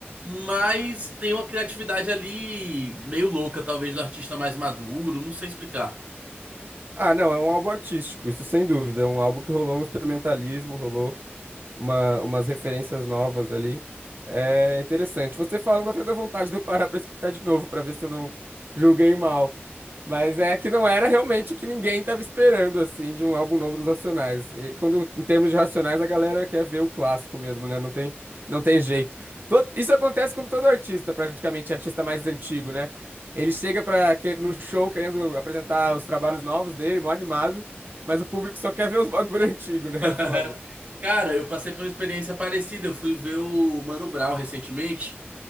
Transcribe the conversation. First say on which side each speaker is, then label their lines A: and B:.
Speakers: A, on the right; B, on the right.
A: mas tem uma criatividade ali meio louca, talvez do artista mais maduro, não sei explicar.
B: Ah, não, é um álbum artístico, isso sem dúvida. É um álbum que rolou um experimentalismo, rolou... uma, umas referências novas ali. É interessante. Você falando até dá vontade de eu parar pra escutar de novo, pra ver se eu não julguei mal. Mas é que não era realmente o que ninguém tava esperando, assim, de um álbum novo dos Racionais. E quando, em termos de Racionais, a galera quer ver o clássico mesmo, né? Não tem, não tem jeito. To- isso acontece com todo artista, praticamente, artista mais antigo, né? Ele chega para no show querendo apresentar os trabalhos novos dele, mó animado, mas o público só quer ver os bagulho <laughs> antigo, né?
A: <laughs>
B: É Foda.
A: Cara, eu passei por uma experiência parecida. Eu fui ver o Mano Brown recentemente.